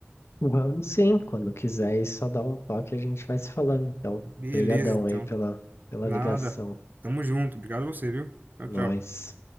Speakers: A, on the left; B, on the right.
A: Vamos sim, quando quiser, e só dá um toque, a gente vai se falando, então.
B: Beleza,
A: Obrigadão
B: então.
A: aí pela, pela
B: Nada.
A: ligação.
B: Tamo junto. Obrigado a você, viu? Tchau,
A: Nós.
B: tchau.